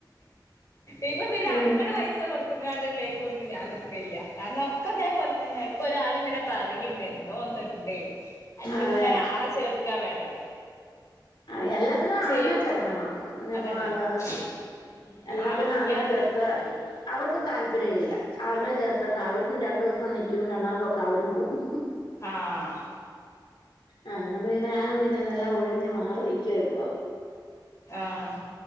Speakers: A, on the left (about 40°); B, on the left (about 85°).
A: ഇപ്പ പിന്നെ
B: ഉം
A: അങ്ങട് പൈസ കൊടുത്ത്കാണ്ടുള്ളയ്ക്കൊന്നും ഞാൻ നിക്കല്ല. കാ ക്കെതേപോൽ തന്നെ. ഇപ്പൊ ഒരാള് ഇങ്ങനെ പറയിണ്ട് എന്തോ ഒന്നുണ്ട് അയ്ക്ക്ങ്ങനെ
B: അതെ
A: ആളെ ചേർക്കാ വേണ്ടത്.
B: ആഹ് എല്ലാത്തിനും
A: ശെ
B: ആള്നെ ചേർക്കണം. നിമ്മാത
A: അതന്നെ ഉം
B: എല്ലാത്തിനും
A: ആളെല്ലാത്തൊരു
B: ആള്നെ ചേർത്താ അവർക്കും താല്പര്യം ഇല്ല. ആൾനെ ചേർത്തട്ട് അവരും രണ്ടോസം നിക്കും രണ്ടാമ്പൊക്കം അവരും പോവും.
A: ആഹ്
B: ആഹ് അങ്ങണ്ട് പിന്നെ ആ പിന്നെ ഇതെല്ലാം ഒഴിഞ് മാറിരിക്ക ഇപ്പൊ
A: ആഹ്